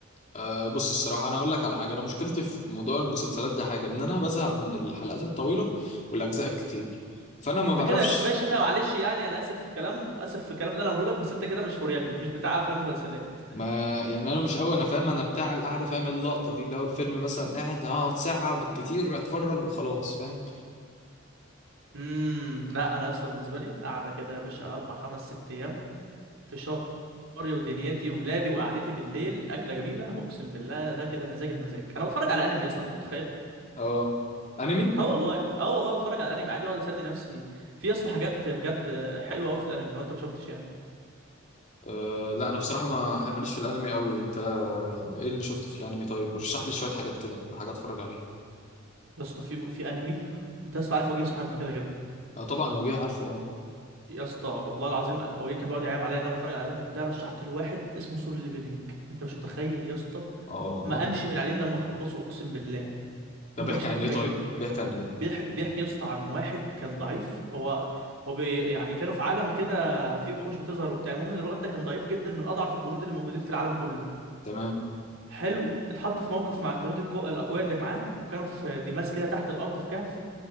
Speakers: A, on the left (about 40°); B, on the right (about 85°).
A: آه بص الصراحه انا اقول لك على حاجه انا مشكلتي في موضوع المسلسلات ده حاجه ان انا بزهق من الحلقات الطويله والاجزاء الكتير فانا ما
B: انت
A: بعرفش
B: كده يا باشا معلش يعني انا اسف في الكلام اسف في الكلام اللي انا هقوله لك بس انت كده مش فورياجي مش بتاع افلام ومسلسلات
A: ما يعني انا مش قوي انا فاهم انا بتاع القعده فاهم اللقطه دي اللي هو الفيلم مثلا قاعد هقعد ساعه بالكتير اتفرج وخلاص فاهم
B: امم لا انا يا اسطى بالنسبه لي قاعده كده يا باشا اربع خمس ست ايام في شعري ودنيتي ولابي وقعدتي بالليل اكله جميله اقسم بالله ده كده مزاج المزاج انا بتفرج على انمي يا اسطى انت متخيل
A: اه انمي
B: <laughs> اه والله اه والله بتفرج على انمي عادي اقعد اسلي نفسي في يا اسطى حاجات بجد حلوه قوي في الانمي لو انت ما شفتش يعني
A: أه لا انا بصراحه ما ماليش في الانمي قوي انت ايه اللي شفته في الانمي طيب رشح لي شويه حاجات كده ولا حاجه اتفرج عليها
B: يا اسطى في في انمي انت يا اسطى عارف وجيه صاحبنا كده كده
A: اه طبعا وجيه عارفه اه
B: يا اسطى والله العظيم وجيه كان بيقعد يعيب عليا ان انا بتفرج على انمي وبتاع رشحت له واحد اسمه سولو ليفلنج انت مش متخيل يا اسطى
A: اه
B: ما امشي من عليه إلا لما اخلصه اقسم بالله
A: ده
B: انت
A: بيحكي
B: مش
A: عن
B: متخيل
A: ايه طيب بيحكي عن ايه ده
B: بيح... بيحكي يا اسطى عن واحد كان ضعيف هو هو بي... يعني كانوا في عالم كده فيه وحوش بتظهر وبتاع المهم ان الواد ده كان ضعيف جدا من اضعف الجنود اللي موجودين في العالم كله
A: تمام
B: حلو اتحط في موقف مع الجنود الكو... الاقوياء اللي معاه وكانوا في ديماس كده تحت الارض في كهف